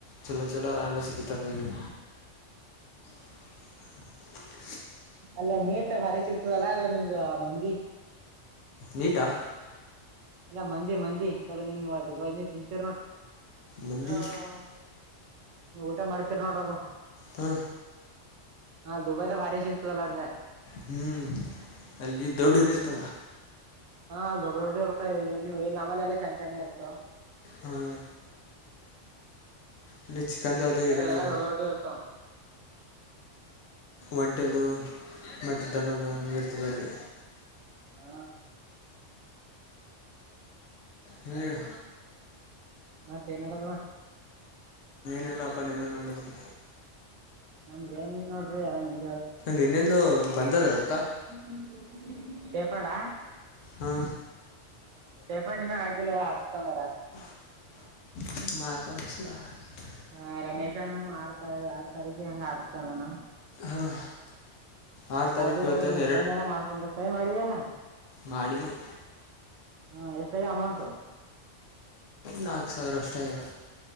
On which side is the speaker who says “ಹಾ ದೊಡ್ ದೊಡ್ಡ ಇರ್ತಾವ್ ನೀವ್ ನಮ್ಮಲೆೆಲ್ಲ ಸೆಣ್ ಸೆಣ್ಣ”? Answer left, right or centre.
Right